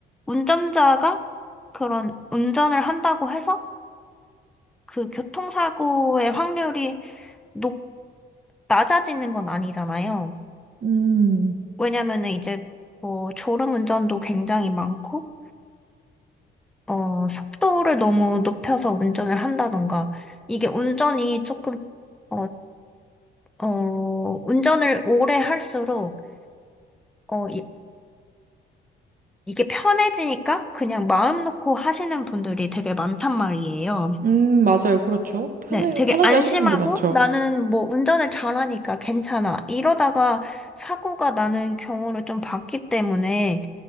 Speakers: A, in the centre; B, on the right.
A: 운전자가 그런 운전을 한다고 해서 그 교통사고의 확률이 높 낮아지는 건 아니잖아요.
B: 음,
A: 왜냐면은 이제 뭐 졸음운전도 굉장히 많고, 어, 속도를 너무 높여서 운전을 한다던가, 이게 운전이 조금, 어, 어, 운전을 오래 할수록, 어, 이, 이게 편해지니까 그냥 마음 놓고 하시는 분들이 되게 많단 말이에요.
B: 음, 맞아요. 그렇죠. 편하게,
A: 네, 되게
B: 편하게
A: 안심하고
B: 하시는 분들 많죠.
A: 나는 뭐 운전을 잘하니까 괜찮아. 이러다가 사고가 나는 경우를 좀 봤기 때문에,